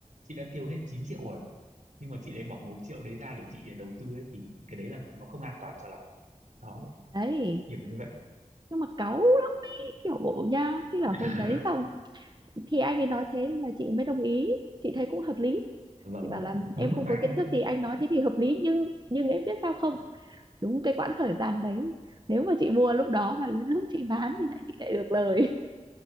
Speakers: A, on the right; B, on the right.
A: chị đã tiêu hết 9 triệu rồi nhưng mà chị lại bỏ một triệu đấy ra để chị đầu tư ấy thì cái đấy là nó không an toàn cho lắm đó
B: thì đấy
A: kiểu như vậy
B: nhưng mà cáu lắm ý kiểu bộ nha thế là
A: <laughs>
B: hôm đấy xong thì anh ấy nói thế nên là chị mới đồng ý chị thấy cũng hợp lý
A: vâng
B: chị bảo là em
A: đúng rồi
B: không
A: mà
B: có
A: anh
B: kiến thức thì anh nói thế thì hợp lý nhưng nhưng em biết sao không đúng cái quãng thời gian đấy nếu mà chị mua lúc đó và lúc chị bán thì lại chị lại được lời